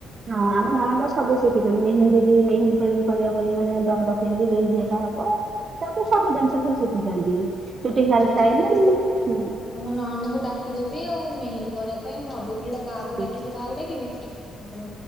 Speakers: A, on the right; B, on the left.
A: ହଁ ଆମ ନାନନ୍ଦ ସବୁ ଶିଖିଛନ୍ତି, <unintelligible> ମେୀ ବି ମେହେନ୍ଦୀ ଫେନ୍ଦି କହିବା ଭ ମାନେଡଖେଇ ମେନ୍ଦି <unintelligible> ହଁପା ତାପରେ ସବୁ ଜିନିଷ ସିଏ ଶିଖିଛନ୍ତି। ଚୁଟି
B: ଆଉ ଭଲ
A: ହେୟାର ଷ୍ଟାଇଲ
B: ତମ ତମ
A: ହୁଁ।
B: ନଣନ୍ଦଙ୍କୁ ଡାକି ଆଉ ମେହେନ୍ଦୀ କରିବା ପାଇଁ, ମୁଁ ଭାବୁଥିଲି କାହାକୁ
A: ହଁ
B: ଡାକିବି, କାହାକୁ ଡାକିବି, ତ